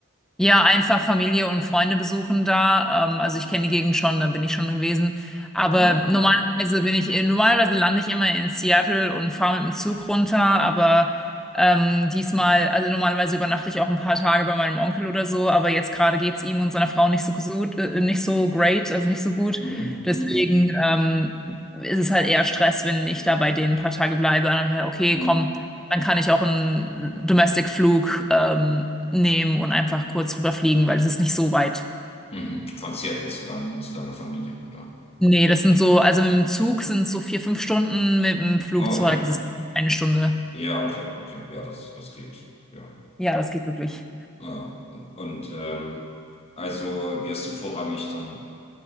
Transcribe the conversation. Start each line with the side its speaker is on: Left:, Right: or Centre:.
Centre: Ja, einfach Familie und Freunde besuchen da. Ähm, also ich kenne die Gegend schon, da bin ich schon gewesen. Aber
Left: Ah, okay.
Centre: normalerweise bin ich, normalerweise lande ich immer in Seattle und fahre mit dem Zug runter. Aber ähm, diesmal, also normalerweise übernachte ich auch ein paar Tage bei meinem Onkel oder so. Aber jetzt gerade geht's ihm und seiner Frau nicht so gut, äh, nicht so great, also nicht so gut.
Left: Mhm,
Centre: Deswegen
Left: mhm,
Centre: ähm, ist es halt eher Stress, wenn ich da bei denen ein paar Tage bleibe. Dann habe ich halt, okay,
Left: mhm,
Centre: komm. Dann kann ich auch einen Domestic-Flug ähm, nehmen und einfach kurz rüberfliegen, weil es ist nicht so weit.
Left: mhm. Von Seattle zu deinem, zu deiner Familie, oder?
Centre: Nee, das sind so, also mit dem Zug sind es so vier, fünf Stunden, mit dem Flugzeug
Left: Ah, okay.
Centre: ist es eine Stunde.
Left: Ja, okay, okay. Ja, das, das geht. Ja.
Centre: Ja, das geht wirklich.
Left: Ja. Und, und ähm, also wirst du vorrangig dann